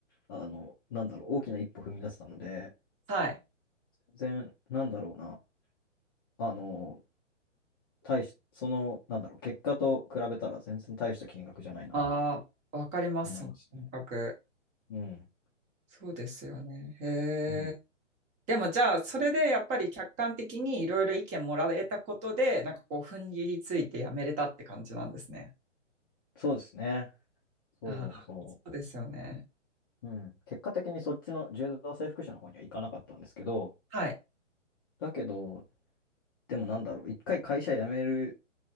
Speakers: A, on the left (about 20°); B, on the right (about 20°).
A: あの、なんだろう、大きな一歩踏み出せたので、
B: はい。
A: 全然、なんだろうな。あの、大し、その、なんだろう、結果と比べたら全然大した金額じゃないなっていうふうに
B: ああ、わかります、
A: 思いますね。
B: その感覚。
A: うん。
B: そうですよね。へ
A: うん。
B: え。でもじゃあ、それでやっぱり客観的にいろいろ意見もらえたことで、なんかこう、踏ん切りついてやめれたって感じなんですね。
A: そうですね。そうそ
B: ああ、そうですよね。
A: う。うん。結果的にそっちの柔道整復師の方には行かなかったんですけど、
B: はい。
A: だけど、でもなんだろう、一回会社辞める、